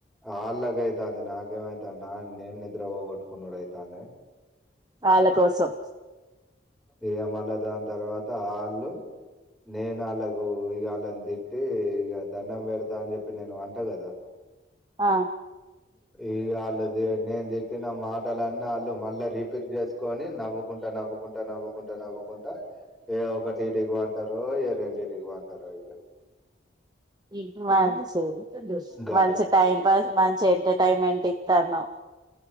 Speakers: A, in the centre; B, on the right (about 20°).
A: ఆ అలాగైయిత అంద న నాగేమ అయితా నా నేన్ద్ర వో ఒట్కు నడైతా అందంది
B: వాళ్ళ కోసం
A: ఇ మళ దాని తర్వాత వాళ్ళు నేను అలాగు ఇ ఇని తిట్టి ఇక దండం వడతా అని చెప్పి నేను వంట కదా
B: ఆ
A: ఇ వాళ్ళుది నేను తిట్టిన మాటలన్న వాళ్ళు మళ్ళా రిపీట్ చేసుకొని నవ్వుకు ంట ంటా నవ్వుకుంటా నవ్వుకుంటా ఏ ఒకటి ఇటికి వంటారు ఏ రెండు ఇటికి వాంటారు ఇ
B: ఏ మంచి
A: గట్లా
B: మంచి టైం పాస్ మంచి ఎంటర్టైన్మెంట్ ఇస్తాను